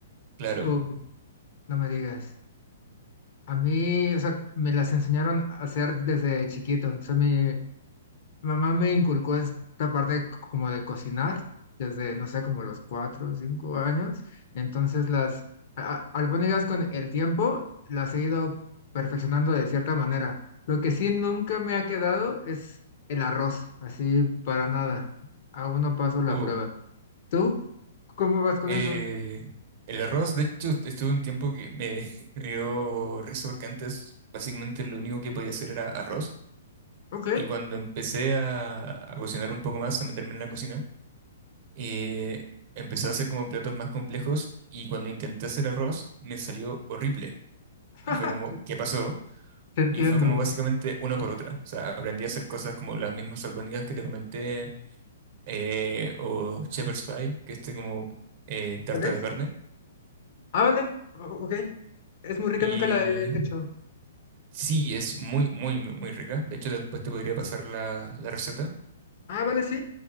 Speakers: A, on the right; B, on the left.
A: claro,
B: O no me digas. A mí, o sea, me las enseñaron a hacer desde chiquito. O sea, mi Mamá me inculcó esta parte c- como de cocinar desde, no sé, como los cuatro o cinco años. Entonces las a- a- albóndigas con el tiempo las he ido perfeccionando de cierta manera. Lo que sí nunca me ha quedado es el arroz, así para nada. Aún no paso la
A: uh,
B: prueba. ¿Tú cómo vas con
A: eh,
B: eso?
A: el arroz, de hecho, estuve un tiempo que me, <laughs> me dio risa porque antes básicamente lo único que podía hacer era arroz.
B: Ok,
A: Y cuando empecé a, a cocinar un poco más, a meterme en la cocina, eh, empecé a hacer como platos más complejos y cuando intenté hacer arroz me salió horrible.
B: <laughs>
A: Y fue como, ¿qué pasó?
B: te entiendo.
A: Y fue como básicamente una por otra. O sea, aprendí a hacer cosas como las mismas albóndigas que te comenté, eh, o shepherd's pie, que es este como eh, tarta
B: ¿Tal vez?
A: de carne.
B: Ah, vale. o- Ok. Es muy rica,
A: Y
B: nunca la he hecho.
A: sí, es muy, muy, muy muy rica. De hecho, después te podría pasar la la receta
B: Ah, vale, sí.